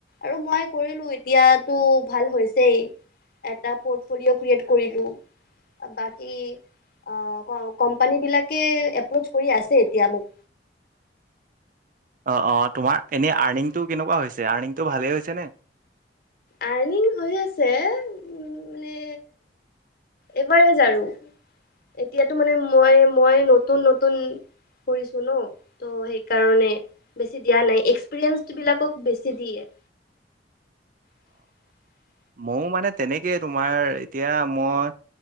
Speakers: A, on the left; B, on the right.
A: আৰু মই কৰিলো। এতিয়াটো ভাল হৈছেই। এটা <unintelligible> ক্ৰিয়েট কৰিলো। বাকী অ, অ কোম্পানী বিলাকে এপ্ৰচ কৰি আছে এতিয়া মোক।
B: অ-অ তোমাৰ এনে আৰ্নিংটো কেনেকুৱা হৈছে? আৰ্নিংটো ভালেই হৈছেনে?
A: আৰ্নিং হৈ আছে। উম মানে এভাৰেজ আৰু। এতিয়াটো মানে মই, মই নতুন নতুন কৰিছো ন? ত' সেই কাৰণে বেছি দিয়া নাই। এক্সপিৰিয়েনছ বিলাকক বেছি দিয়ে। <inaudible> <inaudible>
B: মও মানে তেনেকেই তোমাৰ এতিয়া মই